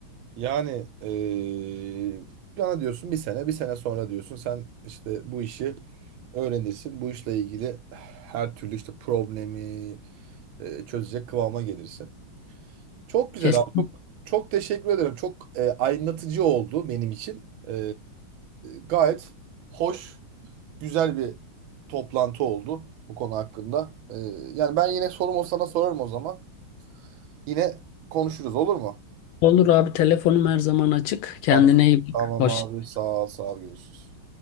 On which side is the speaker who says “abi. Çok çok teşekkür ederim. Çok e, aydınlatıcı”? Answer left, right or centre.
Right